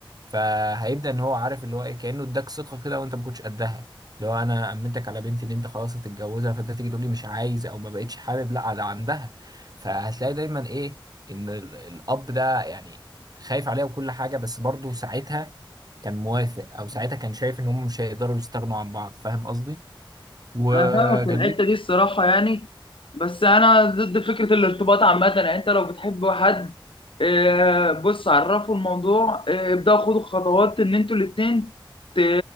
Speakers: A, on the right; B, on the left.
A: فهيبدا ان هو عارف اللي هو ايه كانه اداك ثقه كده وانت ما كنتش قدها اللي هو انا امنتك على بنتي ان انت خلاص هتتجوزها فانت تيجي تقول لي مش عايز او ما بقتش حابب لا على عندها فهتلاقي دايما ايه ان ال- الاب ده يعني خايف عليها وكل حاجه بس برضه ساعتها كان موافق او ساعتها كان شايف ان هم مش هيقدروا يستغنوا عن بعض فاهم قصدي مم. وكان
B: انا فاهمك في الحته
A: ليه
B: دي الصراحه يعني بس انا ضد فكره الارتباط عامه يعني انت لو بتحب حد آه، بص عرفه الموضوع آه، ابداوا خدوا خطوات ان انتوا الاتنين ت-